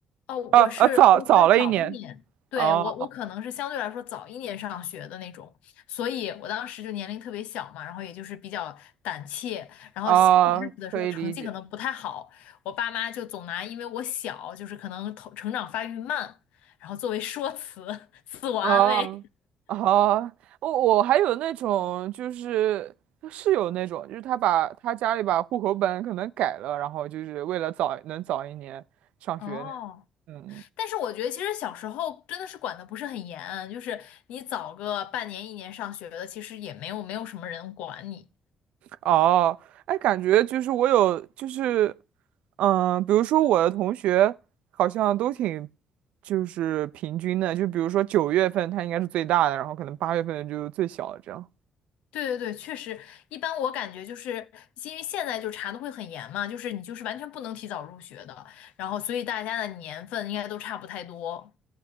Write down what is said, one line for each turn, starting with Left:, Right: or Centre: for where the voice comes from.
Left: 哦，我是我可能早一年，
Right: 啊啊，早早了一年，
Left: 对，
Right: 哦
Left: 我我可能是相对来说早一年上学的那种，所以我当时就年龄特别小嘛，然后也就是比较胆怯，然后小一开始的时候成绩可能不太好，
Right: 哦，哦可以理解。
Left: 我爸妈就总拿因为我小，就是可能头成长发育慢，然后作为说辞，<laughs> 自我安慰。
Right: 啊哦，我我还有那种就是是有那种，就是他把他家里把户口本可能改了，然后就是为了早能早一年上学那嗯，
Left: 哦，但是我觉得其实小时候真的是管的不是很严，就是你早个半年一年上学的，其实也没有没有什么人管你。
Right: 哦，哎，感觉就是我有就是，嗯、比如说我的同学好像都挺就是平均的，就比如说九月份他应该是最大的，然后可能八月份就最小的这样，
Left: 对对对，确实，一般我感觉就是因为现在就查的会很严嘛，就是你就是完全不能提早入学的，然后所以大家的年份应该都差不太多。